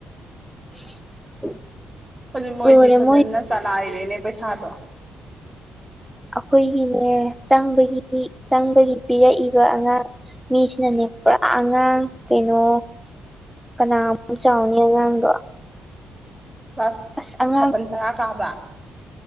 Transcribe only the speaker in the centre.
<unintelligible>
ꯂꯣꯏꯔꯦ
ꯃꯣꯏ
ꯑꯩꯈꯣꯏꯒꯤꯅꯦ ꯆꯪꯕꯒꯤ ꯆꯪꯕꯒꯤ ꯄꯤꯔꯛꯏꯕ ꯑꯉꯥꯡ ꯃꯤꯁꯤꯅꯅꯦ ꯄꯨꯔꯥ ꯑꯉꯥꯡ ꯀꯩꯅꯣ ꯀꯅꯥ ꯃꯨꯛ ꯆꯥꯎꯅꯤ ꯑꯉꯥꯡꯗꯣ
ꯑꯁ ꯑꯉꯥꯡ